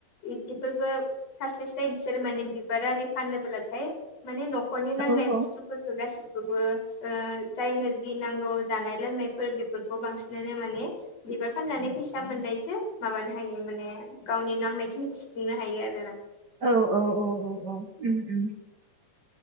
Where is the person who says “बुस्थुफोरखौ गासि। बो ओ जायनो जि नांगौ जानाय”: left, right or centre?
Left